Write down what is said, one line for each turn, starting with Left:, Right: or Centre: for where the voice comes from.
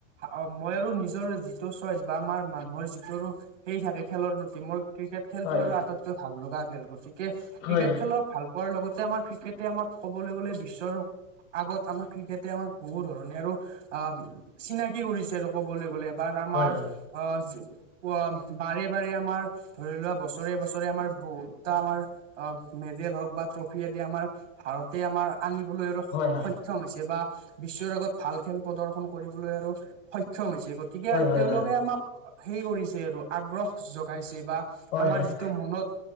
Right: অ মই আৰু নিজৰ যিটো চইচ বা আমাৰ মানুহৰ যিটো আৰু সেই থাকে খেলৰ প্ৰতি মই ক্ৰিকেট খেলটো
Left: হয়
Right: আৰু
Left: হয়
Right: আটাইতকৈ ভাল লগা খেল গতিকে
Left: হয়
Right: ক্ৰিকেট খেলৰ ভাল হোৱাৰ লগতে আমাৰ ক্ৰিকেটে আমাক ক'বলৈ গ'লে বিশ্বৰ আগত আমাৰ ক্ৰিকেটে আমাক বহুত ধৰণে আৰু অ চিনাকি কৰিছে আৰু ক'বলৈ গলে বা আমাৰ
Left: হয় হয়
Right: অ অ বাৰে বাৰে আমাৰ ধৰি লোৱা বছৰে বছৰে আমাৰ বহুতটা আমাৰ অ মেডেল হওক বা ট্ৰফি আদি আমাৰ ভাৰতে আমাৰ আনিবলৈ আৰু
Left: হয় হয়
Right: সক্ষম হৈছে বা বিশ্বৰ আগত ভাল খেল প্ৰদৰ্শন কৰিবলৈ আৰু সক্ষম হৈছে গতিকে
Left: হয় হয়
Right: তেওঁলোকে আমাক হেৰি কৰিছে আৰু আগ্ৰহ জগাইছে বা
Left: হয় হয়
Right: টো মনত